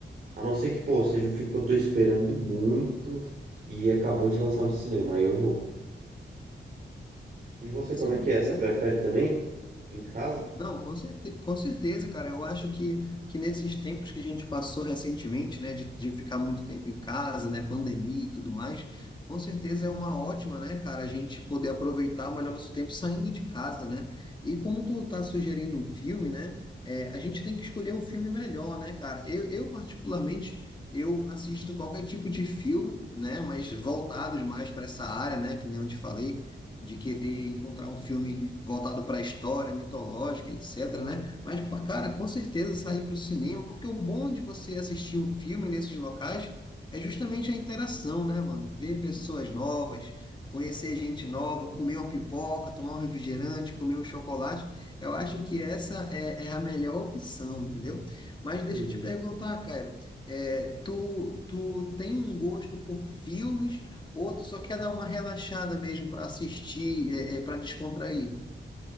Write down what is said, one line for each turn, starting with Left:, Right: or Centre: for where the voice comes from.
Right: A não ser que, pô, seja um filme que eu tô esperando muito e acabou de lançar no cinema, aí eu vou. E você,
Left: Sim.
Right: como é que é? Você prefere também em casa?
Left: Não, com certe- com certeza, cara. Eu acho que, que nesses tempos que a gente passou recentemente, né, de, de ficar muito tempo em casa, né, pandemia e tudo mais, com certeza é uma ótima, né, cara, a gente poder aproveitar melhor nosso tempo saindo de casa, né? E como tu tá sugerindo um filme, né, é, a gente tem que escolher um filme melhor, né, cara? Eu, eu particularmente, eu assisto qualquer tipo de filme, né, mas voltados mais para essa área, né, que nem eu te falei de querer encontrar um filme voltado para a história mitológica, etc, né? Mas, pá, cara, com certeza sair para o cinema, porque o bom de você assistir um filme nesses locais é justamente a interação, né, mano? Ver pessoas novas,
Right: Sim,
Left: conhecer gente nova, comer uma pipoca, tomar um refrigerante, comer um chocolate. Eu acho que essa é, é a melhor opção, entendeu? Mas
Right: Entendi.
Left: deixa eu te perguntar, Caio, é, tu, tu tem um gosto por filmes Outro só quer dar uma relaxada mesmo para assistir, é, para descontrair?